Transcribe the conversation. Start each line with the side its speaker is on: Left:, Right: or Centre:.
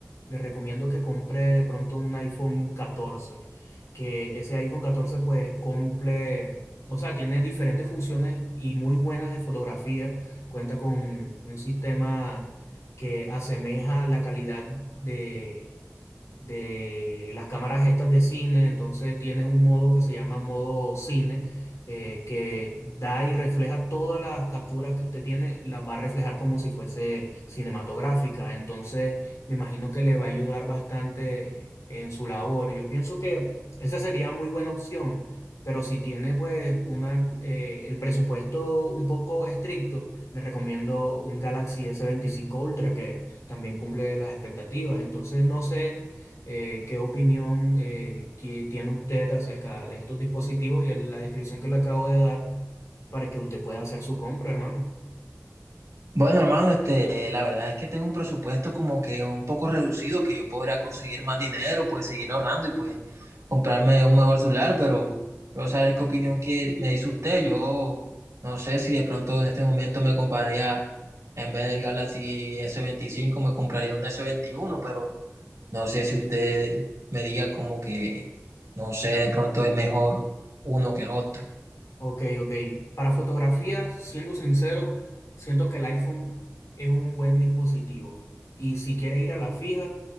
Left: le recomiendo que compre de pronto un iPhone catorce que ese iPhone catorce pues, cumple, o sea, tiene diferentes funciones y muy buenas de fotografía, cuenta con un sistema que asemeja la calidad de de las cámaras estas de cine, entonces tienes un modo que se llama modo cine, eh, que da y refleja todas las capturas que usted tiene, las va a reflejar como si fuese cinematográfica, entonces me imagino que le va a ayudar bastante en su labor. Yo pienso que esa sería muy buena opción, pero si tiene pues una, eh, el presupuesto un poco estricto, le recomiendo un Galaxy s veinticinco Ultra que también cumple las expectativas, entonces no sé eh, qué opinión eh, que tiene usted acerca de estos dispositivos y el- la descripción que le acabo de dar para que usted pueda hacer su compra, hermano.
Right: Bueno, hermano, este, la verdad es que tengo un presupuesto como que un poco reducido, que yo podría conseguir más dinero, pues seguir ahorrando y pues comprarme un mejor celular, pero quiero saber qué opinión que me dice usted. Yo no sé si de pronto en este momento me compraría, en vez del Galaxy S25, me compraría un S21, pero no sé si usted me diga como que, no sé, de pronto es mejor uno que el otro.
Left: Ok, ok. Para fotografía, siendo sincero, siento que el iPhone es un buen dispositivo. Y si quiere ir a la fija,